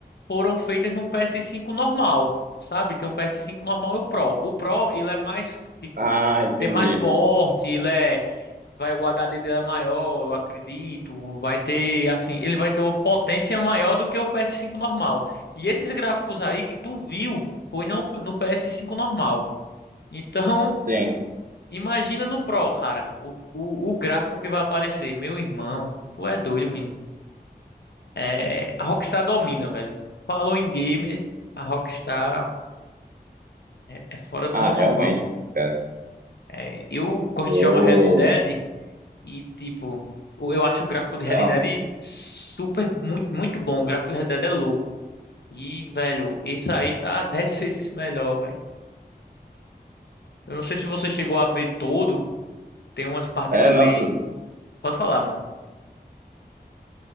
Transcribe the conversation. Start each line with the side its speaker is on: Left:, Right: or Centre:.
Left: foram feitas no PS5 normal, sabe? Tem um PS5 normal e o Pro. O Pro, ele é mais tipo,
Right: Ah, entendi.
Left: tem mais forte, ele é, vai o HD dele é maior, eu acredito, vai ter assim, ele vai ter uma potência maior do que o PS5 normal. E esses gráficos aí que tu viu foi não, no PS5 normal. Então,
Right: Sim.
Left: Imagina no Pro, cara, o, o, o gráfico que vai aparecer. Meu irmão, tu é doido, Vini. É, a Rockstar domina, velho. Falou em gamer, a Rockstar é fora do
Right: Ah,
Left: normal.
Right: realmente, cara.
Left: É, eu gosto
Right: Eu
Left: de jogar Red Dead e, tipo, o- eu acho o gráfico de Red
Right: Nossa.
Left: Dead super, muito, muito bom. O gráfico de Red Dead é louco. E, velho, esse aí tá <laughs> 10 vezes melhor, velho. Eu não sei se você chegou a ver todo. Tem umas partes
Right: É,
Left: também.
Right: nossa.
Left: Pode falar, mano.